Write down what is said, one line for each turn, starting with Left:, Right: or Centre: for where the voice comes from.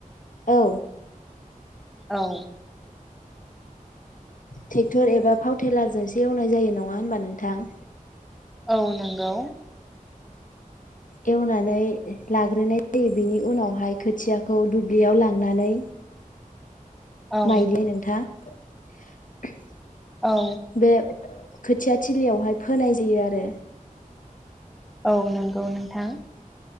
Left: औ
Centre: औ
Left: ट्रेक्टर एबा फावटेलारजोंसो एवनाय जायो नङा होनबा नोंथां?
Centre: औ नंगौ
Left: एवनानै लाग्रोनाय जायो बेनि उनावहाय खोथियाखौ दुब्लियाव लांनानै
Centre: औ
Left: माइदि नोंथां <inaudible>
Centre: औ
Left: बे खोथिया थिलियावहाय फोनाय जायो आरो।
Centre: औ नंगौ नोंथां।